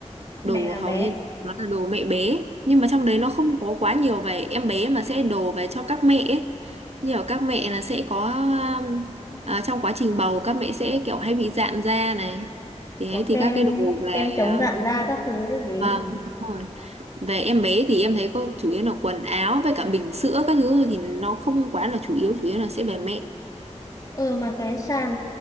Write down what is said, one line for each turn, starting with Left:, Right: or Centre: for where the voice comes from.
Left: Mẹ
Right: đồ
Left: là bé.
Right: hầu như nó là đồ mẹ bé nhưng mà trong đấy nó không có quá nhiều về em bé mà sẽ đồ về cho các mẹ ấy. như ở các mẹ là sẽ có um, à, trong quá trình bầu các mẹ sẽ kiểu hay bị rạn da này thì
Left: có
Right: ấy thì
Left: kem
Right: các cái đồ về
Left: kem chống
Right: à,
Left: rạn da các thứ ấy gì
Right: vâng đúng rồi về em bé thì em thấy có chủ yếu là quần áo với cả bình sữa các thứ thì nó không quá là chủ yếu chủ yếu là sẽ về mẹ
Left: ừ mà cái sàn